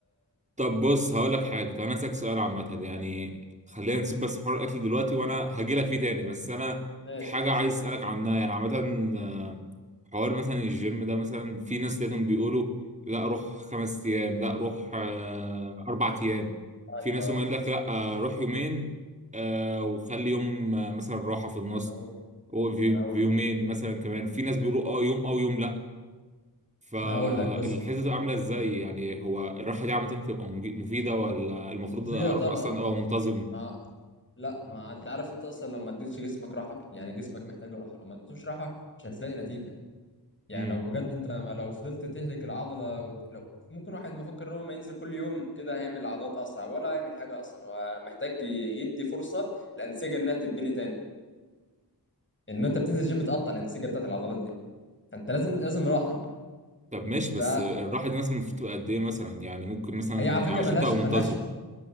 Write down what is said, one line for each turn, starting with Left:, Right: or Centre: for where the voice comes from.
Right: طب بص هقول لك حاجه طب انا هسألك سؤال عامه يعني خلينا نسيب بس حوار الاكل دلوقتي وانا هجي لك فيه تاني بس انا
Left: ماشي
Right: في حاجه
Left: ماشي
Right: عايز اسالك عنها يعني عامه حوار مثلا الجيم ده مثلا في ناس دايما بيقولوا لا روح خمس ايام لا روح آه، اربع ايام
Left: ايوه
Right: في ناس يقول لك لا آه، روح يومين آه، وخلي يوم آه، مثلا راحة في النص
Left: ما انا اقول
Right: ويومين
Left: ما انا اقول
Right: مثلا كمان في ناس بيقولوا اه يوم او يوم لا فالحته
Left: ما انا اقول لك بص
Right: بتبقى عامله ازاي يعني هو الراحه دي عامه بتبقى مج- مفيده ولا المفروض
Left: مفيده
Right: اروح
Left: طبعا
Right: اصلا ابقى منتظم
Left: ما لا ما انت عارف انت اصلا لو ما اديتش جسمك راحه يعني جسمك محتاج راحه لو ما اديتوش راحه مش هتلاقي نتيجه يعني
Right: امم
Left: لو بجد انت لو فضلت تهلك العضله لو ممكن واحد مفكر ان هو ما ينزل كل يوم كده هيعمل عضلات اسرع ولا هيعمل حاجه اصلا هو محتاج يدي فرصه الانسجه انها تتبني تاني ان انت بتنزل جيم بتقطع الانسجه بتاعت العضلات دي فانت لازم لازم راحه
Right: طب ماشي بس
Left: فهي
Right: الراحه دي مثلا المفروض تبقى قد ايه مثلا يعني ممكن مثلا
Left: على فكره
Right: عشان
Left: ملهاش
Right: تبقى منتظم
Left: ملهاش